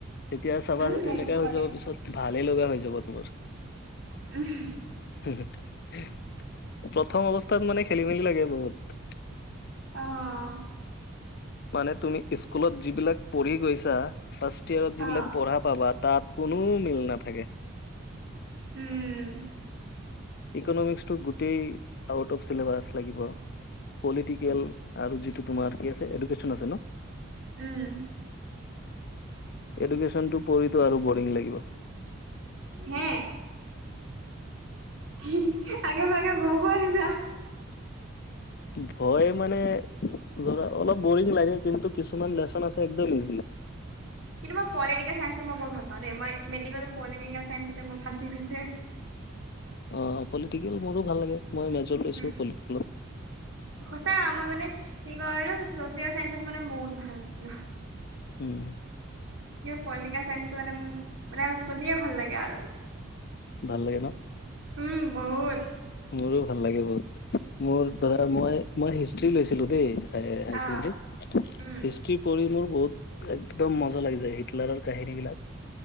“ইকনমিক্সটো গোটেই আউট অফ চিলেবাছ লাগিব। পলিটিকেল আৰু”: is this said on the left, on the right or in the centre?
Left